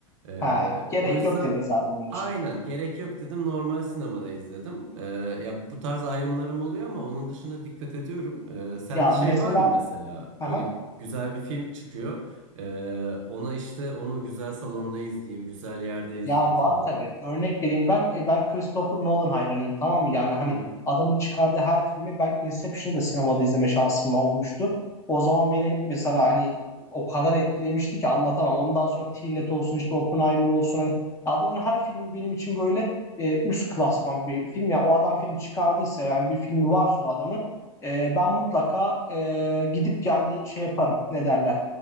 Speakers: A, on the right; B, on the left.
A: Ee,
B: Ha, gerek
A: o yüzden
B: yok dedin zaten onun
A: aynen
B: için.
A: gerek yok dedim. Normal sinemada izledim. Ee, ya bu tarz ayrımlarım oluyor ama onun dışında dikkat ediyorum. Ee, sende
B: Ya
A: şey
B: mesela
A: var mı mesela?
B: aha,
A: Böyle güzel bir film çıkıyor. Ee, ona işte onu güzel salonda izleyeyim, güzel yerde izleyeyim
B: Ya
A: falan.
B: var tabii. Örnek vereyim ben e, ben Christopher Nolan hayranıyım tamam mı? Yani hani
A: Hı hı.
B: adamın çıkardığı her filmi ben Inception'ı da sinemada izleme şansım olmuştu. O zaman beni mesela hani o kadar etkilemişti ki anlatamam. Ondan sonra Tenet olsun işte Oppenheimer olsun hani adamın her filmi benim için böyle e, üst klasman bir film. ya o adam film çıkardıysa yani bir filmi varsa o adamın e, ben mutlaka e, gidip yani şey yaparım ne derler.